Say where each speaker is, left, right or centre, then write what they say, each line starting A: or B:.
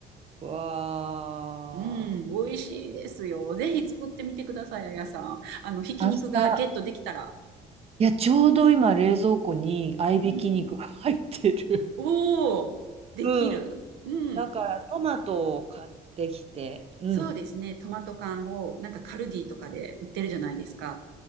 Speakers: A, on the right; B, on the right.
A: わ
B: うん、美味しいですよ。ぜひ作ってみてください、あやさん。あの、ひき肉がゲットできたら。
A: あ明日いや、ちょうど今、冷蔵庫に合いびき肉が入ってる。
B: うん。おー、できる。
A: うん。
B: うん。
A: だからトマトを買ってきて、うん。
B: そうですね。トマト缶を、なんかカルディとかで売ってるじゃないですか。